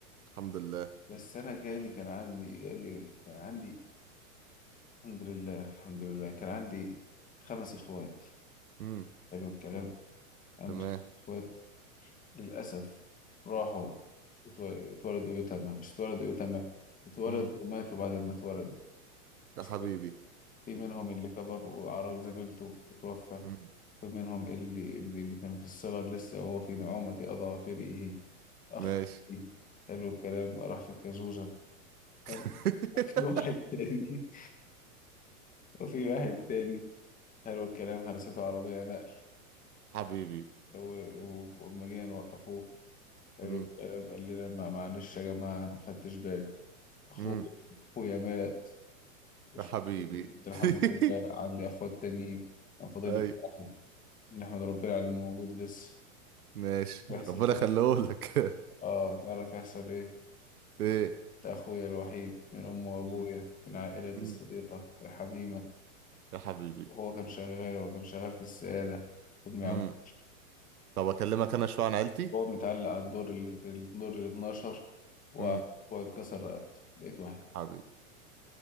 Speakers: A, on the right; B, on the left.
A: الحمد لله
B: بس انا جالي كان عندي جالي كان عندي الحمد لله الحمد لله كان عندي خمس اخوات
A: امم
B: حلو الكلام عندي
A: تمام
B: خمس اخوات للأسف راحوا اتو- اتولدوا يتامى مش اتولدوا يتامى اتولدوا
A: امم
B: وماتوا بعد ما اتولدوا
A: ده
B: أصلاً
A: حبيبي
B: في منهم اللي كبر وعرى زميلته وتوفى
A: امم
B: في منهم اللي اللي, اللي كان في الصغر لسه وهو في نعومة أضاء فريقه أخ
A: ماشي
B: حلو الكلام راح في الكازوزة حلو.
A: <laughs>
B: وفي واحد تاني وفي واحد تاني حلو الكلام هرسته عربية نقل
A: حبيبي
B: لو لما جينا نوقفوه حلو
A: امم
B: الكلام قال لنا ما- معلش يا جماعة ما خدتش بالي اخويا
A: امم
B: اخويا مات مش
A: ده حبيبي
B: مشكلة. قلت له الحمد
A: <laughs>
B: لله عندي اخوات تانيين انا فاضل
A: اي
B: لي واحد نحمد ربنا على انه موجود لسه
A: ماشي
B: يحصل
A: ربنا
B: ايه
A: يخليهولك
B: اه تعرف يحصل ايه
A: <laughs> ايه
B: ده اخويا الوحيد من امي وابويا
A: مم.
B: من عائلتي
A: مم.
B: الصديقة الحميمة
A: يا حبيبي
B: وهو كان شغال هو كان شغال في السعادة خدمة
A: مم.
B: عمومية.
A: طب اكلمك انا شويه عن عيلتي
B: هو متعلق على الدور اللي في الدور ال 12 وهو
A: مم.
B: اتكسر رقبته بقيت واحد
A: حبيبي